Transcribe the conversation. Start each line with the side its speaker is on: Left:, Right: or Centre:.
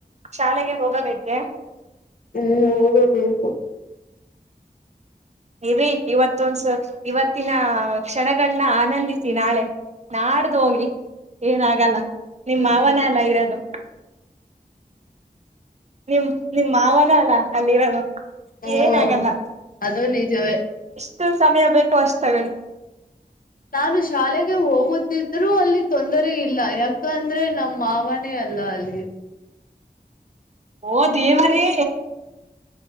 Right: ಶಾಲೆಗೆ ಹೋಗಬೇಕೆ
Left: ಹ್ಮ ಹೋಗಬೇಕು
Right: ಇರಿ ಇವತ್ತೊಂದ್ಸ ಇವತ್ತಿನ ಕ್ಷಣಗಳನ್ನ ಆನಂದಿಸಿ ನಾಳೆ ನಾಡ್ದು ಹೋಗಿ ಏನಾಗಲ್ಲ. ನಿಮ್
Left: ಹ್ಮ್
Right: ಮಾವನೆ ಅಲ್ಲ ಇರೋದು. ನಿಮ್ ನಿಮ್ ಮಾವನೆ ಅಲ ಅಲ್ಲಿರೋದು.
Left: ಹ್ಮ್
Right: ಏನಾಗಲ್ಲ
Left: ಅದು ನಿಜವೇ
Right: ಟು ಸಮಯ ಬೇಕೊ ಅಷ್ಟ್ ತಗಳಿ
Left: ನಾನು ಶಾಲೆಗೆ ಹೋಗುತ್ತಿದ್ರು ಅಲ್ಲಿ ತೊಂದರೆ ಇಲ್ಲ ಯಾಕ ಅಂದ್ರೆ ನಮ್ಮ ಮಾವನೇ ಅಲ್ಲ ಅಲ್ಲಿ
Right: ಓ ದೇವರೇ